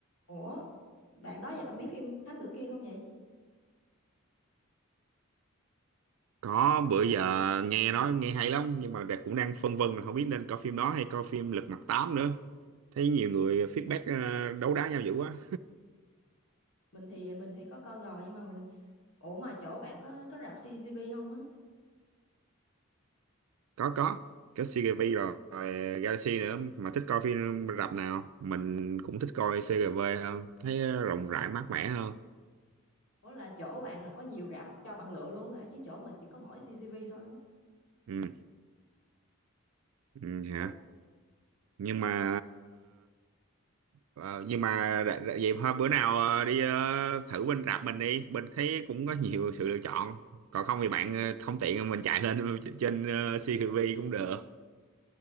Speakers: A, on the left (about 80°); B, on the right (about 80°).
A: Ủa, bạn đó giờ bạn biết phim Thám Tử Kiên không vậy?
B: Có bữa giờ nghe nói nghe hay lắm nhưng mà Đạt cũng đang phân vân là không biết nên coi phim đó hay coi phim Lật Mặt 8 nữa. Thấy nhiều người feedback ờ, đấu đá nhau dữ quá.
A: Mình thì mình thì có coi rồi nhưng mà mình ủa mà chỗ bạn có có rạp CGV không á?
B: Có có, có CGV rồi, rồi Galaxy nữa mà thích coi phim rạp nào? Mình cũng thích coi CGV hơn, thấy rộng rãi mát mẻ hơn.
A: Ủa là chỗ bạn là có nhiều rạp cho bạn lựa luôn hả? Chứ chỗ mình chỉ có mỗi CGV thôi. á.
B: Ừ, ừ hả?
A: Tại
B: Nhưng mà Ờ, nhưng mà đ- đ- vậy thôi bữa nào ờ, đi ờ, thử bên rạp mình đi bên thấy cũng có nhiều sự lựa chọn còn không thì bạn ờ, không tiện mình chạy lên <laughs> ch- trên ờ, CCTV cũng được